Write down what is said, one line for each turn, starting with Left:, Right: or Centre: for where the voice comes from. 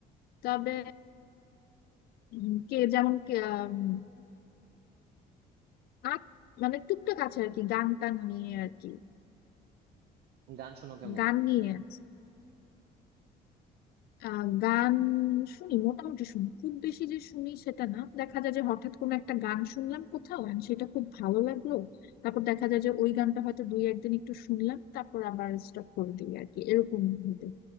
Left: তবে উম, কে যেমন কে, উম, আ- মানে টুকটাক আছে আর কি গান টান নিয়ে আর কি
Right: গান শোনো কেমন
Left: গান নিয়ে আছে আহ গান শুনি মোটামুটি শুনি খুব বেশি যে শুনি সেটা না দেখা যায় যে হঠাৎ কোনো একটা গান শুনলাম কোথাও and সেটা খুব ভালো লাগলো তারপর দেখা যায় যে ওই গানটা হয়তো দুই একদিন একটু শুনলাম তারপর আবার স্টপ করে দিই আর কি এরকম হতে